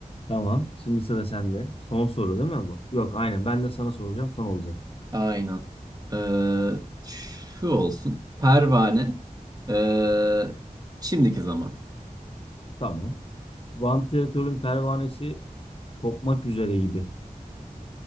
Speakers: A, on the left (about 40°); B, on the right (about 25°).
A: Tamam. Şimdi sıra sende. Son soru değil mi bu? Yok aynen ben de sana soracağım son olacak.
B: Aynen. Ee, şu olsun. Pervane. Ee, şimdiki zaman.
A: Tamam. Vantilatörün pervanesi kopmak üzere gibi.